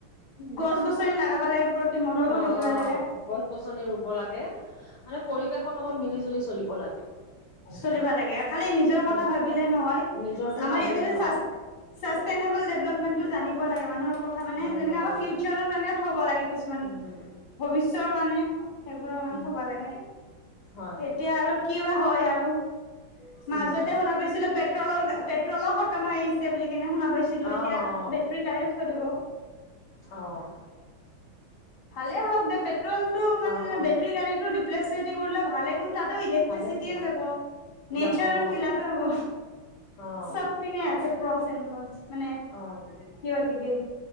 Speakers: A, on the left (about 40°); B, on the left (about 75°).
A: গছ গছনি লাগাবা লাগে। প্ৰতি মৰমো
B: হ,
A: থাকিব
B: অ',
A: লাগে
B: অ', গছ গছনি ৰুব লাগে মানে পৰিৱেশৰ লগত মিলি জুলি চলিব লাগে।
A: চলিবা লাগে খালি নিজৰ
B: উম
A: কথা ভাবিলে নহয়
B: নিজৰটো
A: আমাৰ
B: ভাবিলে
A: ইয়াতে
B: নহয়
A: চা চাষ্টেনেবল ডেভলপমেন্টটো জানিব লাগে মানুহৰ ক ক মানে
B: জানিব
A: যেনেকে
B: লাগে
A: আমাৰ ফিউচাৰৰ কাৰণে থব লাগে কিছুমান
B: উম,
A: ভৱিষ্যৰ কাৰণে সেইবোৰ কাৰনে
B: উম,
A: থবা লাগে
B: হয়,
A: এতিয়া আৰু কিবা হয় আৰু। মাজতে
B: উম,
A: শুনা পাইছিলো পেট্ৰলৰ পেট্ৰলো খতম হৈ আহিছে বুলি কেনে শুনা পাইছি ছিলো
B: অ',
A: এতিয়া
B: অ',
A: বেটৰী গাড়ীও চলিব।
B: অ'।
A: ভালে হওক দে পেট্ৰলটো মানে
B: অ',
A: যেনে
B: অ',
A: বেটৰী গাড়ীটো ৰিপ্লেচ যদি কৰিলে ভালেখন তাতোও ইলেক্ট্ৰিচিয়ে
B: ভালে হ'ব,
A: যাব নেচাৰৰ
B: যাব অ',
A: খিলাপে হ'ব
B: অ',
A: চব পিনে আছে <unintelligible> মানে
B: অ',
A: কিবা কিবি